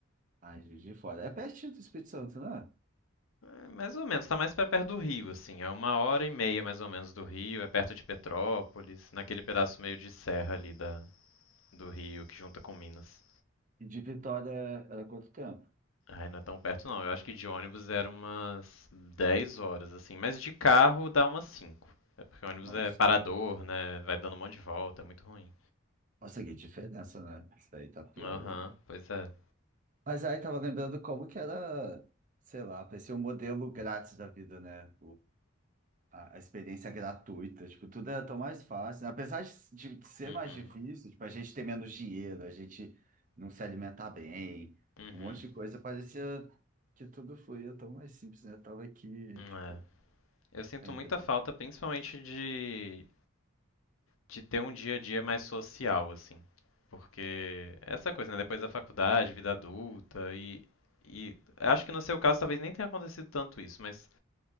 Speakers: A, on the right; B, on the left.
A: Ah, em Juiz de Fora. É pertinho do Espírito Santo, né?
B: É, Mais ou menos, tá mais pra perto do Rio, assim. É uma hora e meia mais ou menos do Rio, é perto de Petrópolis, naquele pedaço meio de serra ali da, do Rio que junta com Minas.
A: E de Vitória é, era quanto tempo?
B: Ai, não é tão perto não. Eu acho que de ônibus era umas 10 horas, assim. Mas de carro dá umas 5. É porque ônibus
A: Nossa.
B: é parador, né? Vai dando um monte de volta, é muito ruim.
A: Nossa, que diferença, né? Isso daí tá pior.
B: Aham,
A: ainda.
B: pois é.
A: Mas aí tava lembrando como que era, sei lá, parecia um modelo grátis da vida, né? A a experiência gratuita, tipo, tudo era tão mais fácil. né? Apesar de, de ser
B: Uhum,
A: mais difícil, tipo, a gente ter menos dinheiro, a gente não se alimentar bem,
B: uhum.
A: um monte de coisa, parecia que tudo fluía tão mais simples, né? Eu tava aqui,
B: É.
A: tipo,
B: Eu sinto
A: lembrando.
B: muita falta, principalmente de, de ter um dia a dia mais social, assim. Porque é essa coisa, né? Depois da faculdade, vida adulta, e, e acho que no seu caso talvez nem tenha acontecido tanto isso, mas